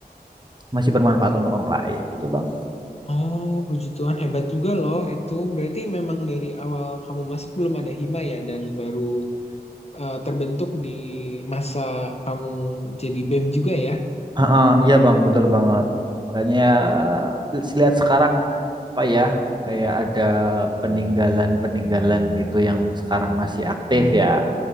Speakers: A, on the right (about 25°); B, on the left (about 40°).
A: masih bermanfaat untuk orang lain. Itu Bang.
B: Oh, puji Tuhan hebat juga loh itu. Berarti memang dari awal kamu masuk belum ada hima ya dan baru eh, terbentuk di masa kamu jadi BEM juga ya.
A: Heeh, iya Bang, betul banget. Makanya ya, lihat sekarang apa ya kayak ada peninggalan-peninggalan gitu yang sekarang masih aktif ya